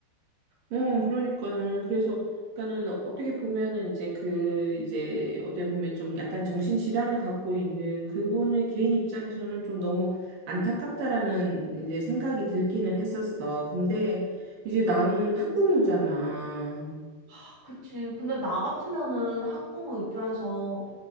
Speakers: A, on the right; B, on the left.
A: 어, 그러니까는, 그래서, 그러니까는 어떻게 보면은 이제 그, 이제 어떻게 보면 좀 약간 정신질환을 갖고 있는 그분의 개인 입장에서는 좀 너무 안타깝다라는 이제 생각이 들기는 했었어. 근데 이제 나는 학부모잖아.
B: 아, 그치. 근데 나 같으면은 학부모 입장에서